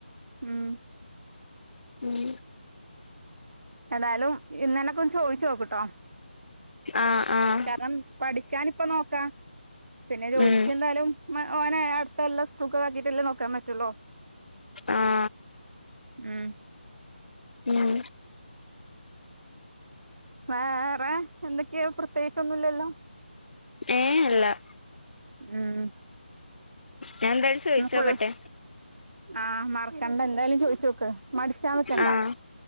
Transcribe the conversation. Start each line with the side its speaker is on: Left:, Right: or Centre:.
Right: ഉം
Left: ഉം
Right: ഏതായാലും ഇന്നനെ ഒക്കെ ഒന്ന് ചോദിച്ചു നോക്ക്ട്ടോ?
Left: ആഹ ആഹ
Right: കാരണം പഠിക്കാൻ ഇപ്പ നോക്കാ പിന്നെ ജോലിക്ക്
Left: ഉം
Right: എന്തായാലും ഓനെ അടുത്ത കൊല്ലം സ്കൂൾ കൊക്കെ ആക്കിട്ടല്ലേ നോക്കാൻ പറ്റൊള്ളു.
Left: ആഹ
Right: ഉം
Left: ഉം
Right: വേറെ എന്തൊക്കെയ പ്രത്യേകിച്ചൊന്നുംല്ലല്ലോ
Left: ഏഹ് അല്ല
Right: ഉം
Left: ഞാൻ എന്തായാലും ചോയിച്ചോക്കട്ടെ
Right: ഫുൾ ആഹ മറക്കണ്ട എന്തായാലും ചോയിച്ച നോക്ക് മടിച്ചാ നക്കണ്ട
Left: ആഹ്